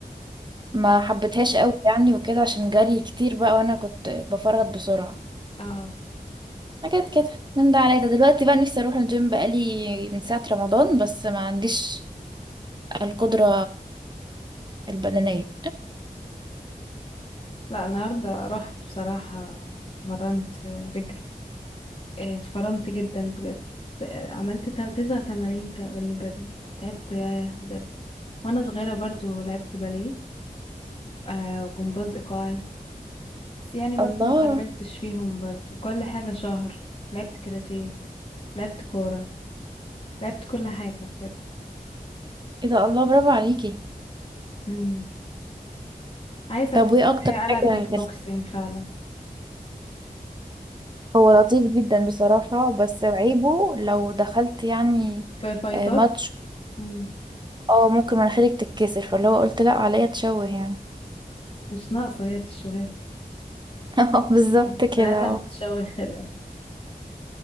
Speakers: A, on the right (about 30°); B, on the left (about 35°).
A: ما حبيتهاش قوي يعني وكده عشان جري كتير بقى وانا كنت بفرهد بسرعه
B: اه
A: حاجات كده من ده على ده دلوقتي بقى نفسي اروح الجيم بقالي من ساعه رمضان بس ما عنديش القدره البدنيه
B: لا النهارده رحت بصراحه مرنت آه، رجل آه، اتفرمت جدا بجد آه، عملت تا- تسع تمارين تقريبا تعبت ياه بجد وانا صغيرة برضو لعبت باليه آه وجمباز ايقاعي بس يعني برضو
A: الله
B: ما كملتش فيهم برضو كل حاجة شهر لعبت كاراتيه لعبت كورة لعبت كل حاجة بجد
A: ايه ده الله برافو عليكي
B: مم. عايزة
A: طب
B: الفترة
A: وايه اكتر
B: الجاية ألعب
A: حاجه
B: كيك
A: كانت
B: بوكسينج فعلا
A: هو لطيف جدا بصراحة بس عيبه لو دخلت يعني
B: في فايتات
A: آه، ماتش
B: مم.
A: اه ممكن مناخيرك تتكسر فاللي هو قلت لا عليا تشوه يعني
B: مش ناقصة هي تشوهات
A: <laughs> بالظبط
B: مم.
A: كده
B: بنادم
A: اه
B: بتشوه خلقة